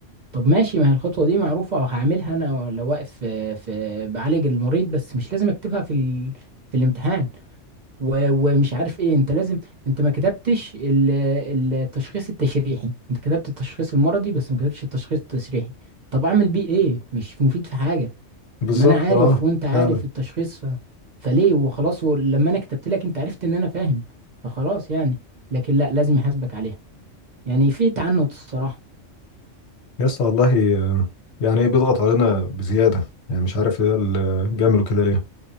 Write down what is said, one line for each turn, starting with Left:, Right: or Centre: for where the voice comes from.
Right: طب ماشي ما هي الخطوه دي معروفه هعملها انا لو واقف في في- بعالج المريض بس مش لازم اكتبها في ال في الامتحان و- ومش عارف ايه انت لازم انت ما كتبتش ال- التشخيص التشريحي انت كتبت التشخيص المرضي بس ما كتبتش التشخيص التشريحي طب اعمل بيه ايه مش مفيد في حاجة
Left: بالظبط
Right: ما انا عارف
Left: اه
Right: وانت عارف
Left: فعلا
Right: التشخيص ف... فليه وخلاص لما انا كتبت لك انت عرفت ان انا فاهم فخلاص يعني لكن لا لازم يحاسبك عليها يعني في تعنت الصراحة
Left: يا اسطى والله آه، يعني ايه بيضغط علينا بزياده يعني مش عارف ايه اللي بيعملوا كده ليه